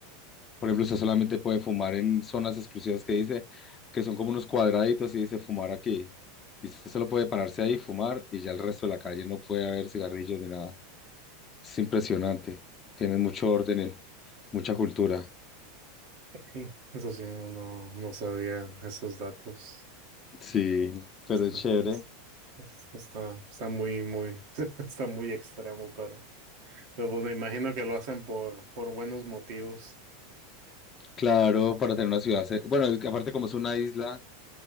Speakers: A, on the left; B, on the right.
A: Por ejemplo, usted solamente puede fumar en zonas exclusivas que dice, que son como unos cuadraditos y dice fumar aquí. Y usted solo puede pararse ahí y fumar y ya el resto de la calle no puede haber cigarrillos ni nada. Es impresionante. Tiene mucho orden, y mucha cultura.
B: ok. Eso sí, no, no, no sabía esos datos.
A: Sí, pero
B: Está,
A: es chévere.
B: es- es- está, está muy, muy, <laughs> está muy extremo, pero, pero pues me imagino que lo hacen por, por buenos motivos.
A: Claro, para tener una ciudad cer- Bueno, es que aparte como es una isla,